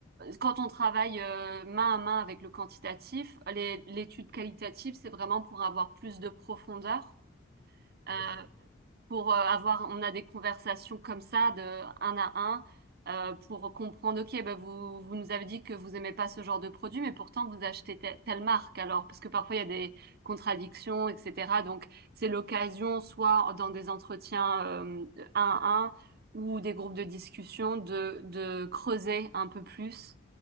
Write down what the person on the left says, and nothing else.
ouais,
je comprends.